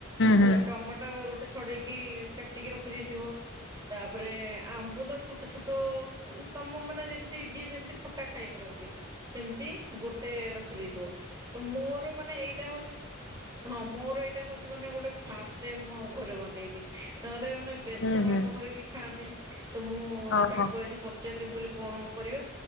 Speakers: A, on the left (about 65°); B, on the right (about 20°).
A: ହୁଁ
B: ହେଲା ଟମାଟୋ ଗୋଟେ। ଛଡେଇକି କାଟିକି ରଖିଦେଇଥିବ ତାପରେ ଆମ୍ବୁଲ ଛୋଟ ଛୋଟ। ତମ ମନେ ଯେମିତି ଯିଏ ଯେମିତି ଖଟା ଖାଇ ପାରନ୍ତି। ସେମିତି ଗୋଟେ ରଖିଦେଇଥିବ ତ ମୋର ମାନେ ଏଇଟା ହଉଛି। ହଁ ମୋର ଏଇଟା ହଉଛି ମାନେ ଗୋଟେ ଫାଷ୍ଟ ଟାଇମ୍ ମୁଁ ଆମ ଘରେ ବନେଇଲି ନହେଲେ ମାନେ। ବେସର
A: ହୁଁ ହୁଁ
B: ଆମ ଘରେ କିଏ ଖାଆନ୍ତିନି। ତ ମୁଁ
A: ଓହୋ
B: ତାଙ୍କୁ ଆଜି ପଚାରିଲି। ମୁଁ କହିଲି କଣ। କରିବା